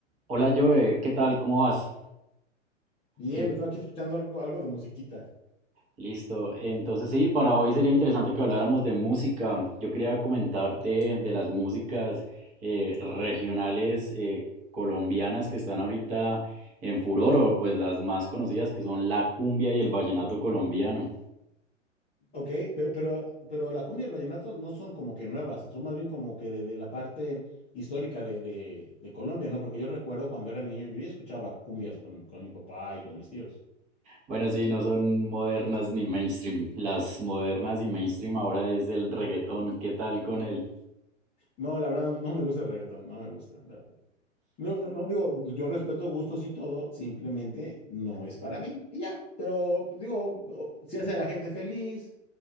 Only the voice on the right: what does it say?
Hola Joe, ¿qué tal? ¿Cómo vas?
Eh,
listo. Entonces sí, para hoy sería interesante que habláramos de música. Yo quería comentarte de las músicas eh, regionales eh, colombianas que están ahorita en furor, o pues las más conocidas que son la cumbia y el vallenato colombiano.
Bueno, sí, no son modernas ni mainstream. Las modernas y mainstream ahora es el reggaetón. ¿Qué tal con él?